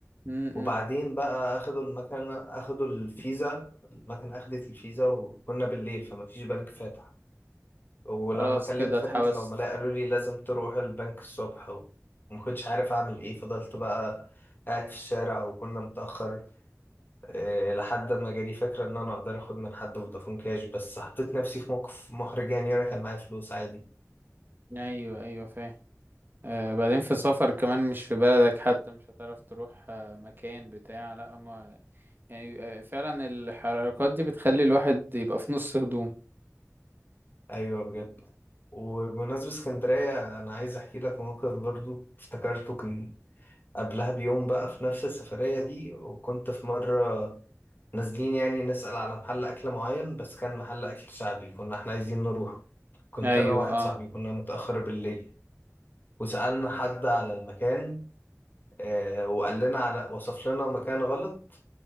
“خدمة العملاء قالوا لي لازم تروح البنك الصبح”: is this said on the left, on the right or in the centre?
Left